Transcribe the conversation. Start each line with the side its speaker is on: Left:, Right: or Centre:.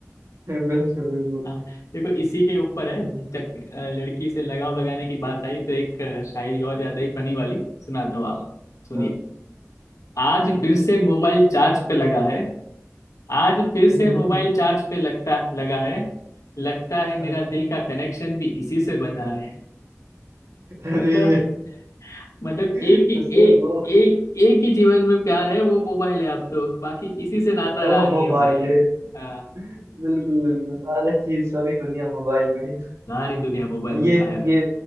Right: बिल्कुल बिल्कुल
Left: हाँ देखो इसी के ऊपर है
Right: चलिए
Left: चक, अ, लड़की से लगाव लगाने की बात
Right: हम्म,
Left: आई तो एक अ, शायरी और ज्यादा
Right: हम्म,
Left: ही फनी वाली सुनाता हूँ आप सुनिए
Right: हाँ हाँ
Left: आज
Right: ठीक
Left: फिर
Right: है
Left: से मोबाइल चार्ज पे लगा है आज फिर से
Right: हम्म
Left: मोबाइल
Right: हम्म।
Left: चार्ज पे लगता लगा है लगता है मेरा
Right: हाँ हाँ
Left: दिल का कनेक्शन भी इसी से बंधा है
Right: अरे
Left: मतलब मतलब
Right: <laughs>
Left: एक ही
Right: उसमें
Left: एक
Right: वो
Left: एक एक ही जीवन में प्यार है वो मोबाइल है अब तो बाकी किसी से नाता
Right: वो
Left: रहा नहीं
Right: मोबाइल
Left: है भाई
Right: है
Left: आ,
Right: बिल्कुल बिल्कुल सारा चीज सारी दुनिया मोबाइल में ही
Left: सारी दुनिया मोबाइल
Right: और ये
Left: में गायब है
Right: ये